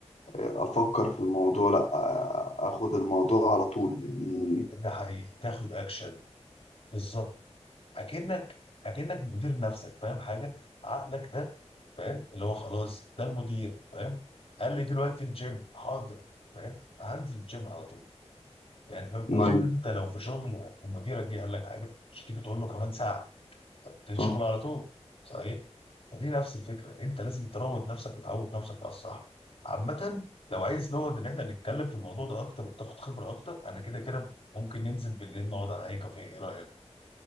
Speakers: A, on the left; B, on the left.
A: آه، افكر في الموضوع لا آه، اخد الموضوع على طول يعني
B: ده حقيقي تاخد اكشن بالظبط اكنك اكنك مدير نفسك فاهم حاجه؟ عقلك ده فاهم اللي هو خلاص ده المدير فاهم؟ قال لي دلوقتي الجيم حاضر فاهم؟ هنزل الجيم على طول يعني فاهم اظن
A: نايس
B: انت لو في شغل ومديرك جه قال لك حاجه مش تيجي تقول له كمان ساعه تلاقي
A: صح
B: شغل على طول صحيح فدي نفس الفكره انت لازم تروض نفسك وتعود نفسك على الصح عامه لو عايز نقعد ان احنا نتكلم في الموضوع ده اكتر وتاخد خبره اكتر انا كده كده ممكن ننزل بالليل نقعد على اي كافيه ايه رايك